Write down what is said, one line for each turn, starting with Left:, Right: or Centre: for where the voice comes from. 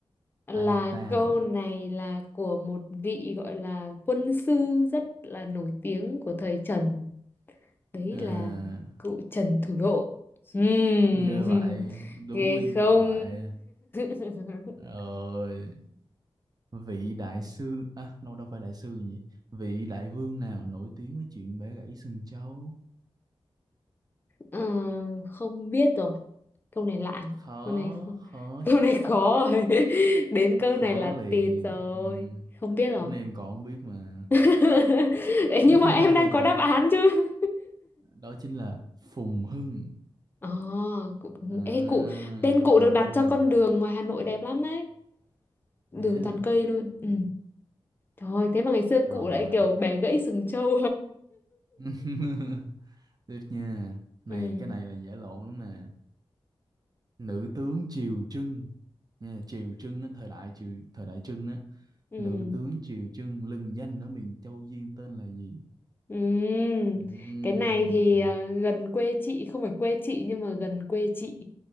Left: Là
Right: Alita
Left: câu này là của một vị gọi là quân sư rất là nổi tiếng của thời Trần. Đấy
Right: à,
Left: là cụ Trần Thủ Độ. Ừ,
Right: ghê vậy
Left: <laughs>
Right: đúng
Left: ghê
Right: liên
Left: không?
Right: tục vậy
Left: <laughs>
Right: rồi vị đại sư à đâu đâu phải đại sư nhỉ vị đại vương nào nổi tiếng với chuyện bẻ gãy sừng trâu
Left: Ờ, không biết rồi câu này lạ
Right: khó
Left: câu này không
Right: khó
Left: <laughs> câu này khó rồi <laughs> đến câu
Right: khó
Left: này là
Right: liền
Left: tịt rồi
Right: ừ.
Left: không biết rồi
Right: đến em còn không biết mà
Left: <laughs> Ê, nhưng
Right: <laughs>
Left: mà em đang có
Right: giỡn
Left: đáp án chứ
Right: đó chính là Phùng Hưng
Left: ờ cụ
Right: à
Left: ê cụ tên cụ
Right: Phùng
Left: được đặt
Right: Hưng
Left: cho con đường ngoài Hà Nội đẹp lắm đấy đường
Right: nhé hả
Left: toàn cây luôn ừ trời ơi, thế mà ngày xưa cụ
Right: rồi
Left: lại kiểu bẻ gãy sừng trâu
Right: <laughs> tiếp nha này
Left: <laughs> ừ
Right: cái này là giả lộn lắm nè nữ tướng Triều Trưng nha Triều Trưng á, thời đại Triều thời đại Trưng á
Left: ừ
Right: nữ tướng Triều Trưng lừng danh ở miền Châu Duyên tên là gì
Left: Ừm,
Right: Ừm,
Left: cái này thì à, gần quê chị không phải quê chị nhưng mà gần quê chị